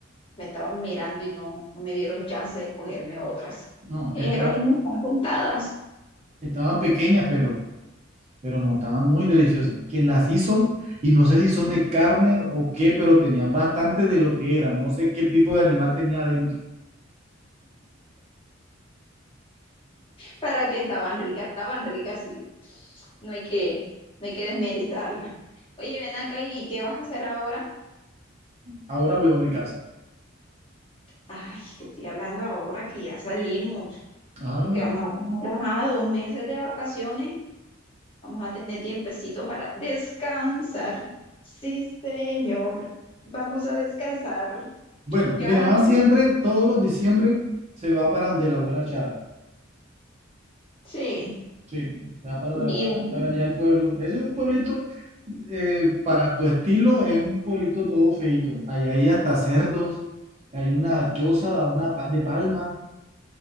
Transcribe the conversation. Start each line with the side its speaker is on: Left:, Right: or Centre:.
Left: me estaban mirando y no, no me dieron chance de cogerme otras.
Right: No,
Left: Me
Right: esta-
Left: Dijeron, no, están contadas.
Right: estaban pequeñas, pero pero no, estaban muy deliciosas. Quien las hizo, y no sé si son de carne o qué, pero tenían bastante de lo que eran. No sé qué tipo de animal tenía adentro.
Left: para que estaban ricas, estaban ricas y no hay que, no hay que desmeritarla. Oye, ven acá y ¿qué vas a hacer ahora?
Right: Ahora voy a mi casa.
Left: Ay, te estoy hablando ahora que ya salimos,
Right: Ah,
Left: porque vamos a tener ajá, dos meses de vacaciones, vamos a tener tiempecito para descansar. Sí, señor, vamos a descansar.
Right: bueno,
Left: ¿Qué
Right: mi
Left: vas
Right: mamá
Left: a hacer?
Right: siempre, todos los diciembre, se va para donde la abuela Chávez.
Left: Sí.
Right: Sí, se va para
Left: Y,
Right: donde la abuela
Left: y-
Right: Chávez, allá al pueblo. Ese es un pueblito, eh, para tu estilo, es un pueblito todo feito. Hay hasta cerdos, hay una choza, una pa- de palma.